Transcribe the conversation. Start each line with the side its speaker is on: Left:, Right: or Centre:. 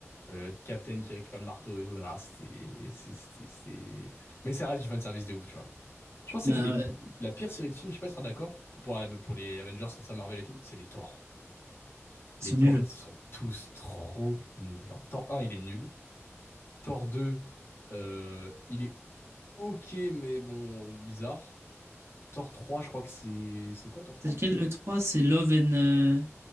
Left: Euh, Captain qui récupère le marteau et tout. Non, c'était, c'est- c'était, c'était- Mais ça reste du fan service de ouf, tu vois. Je pense
Right: Bah,
Left: que c'est que les-
Right: ouais,
Left: la pire série de films, je sais pas si tu seras d'accord, pour, pour les Avengers, c'est ça, Marvel et tout, c'est les Thor.
Right: ils
Left: Les
Right: sont
Left: Thor,
Right: nuls.
Left: ils sont tous trop nuls. Genre, Thor 1, il est nul. Thor deux euh, il est ok, mais bon, bizarre. Thor trois je crois que c'est. C'est quoi Thor trois
Right: C'est lequel le trois C'est Love and. euh, je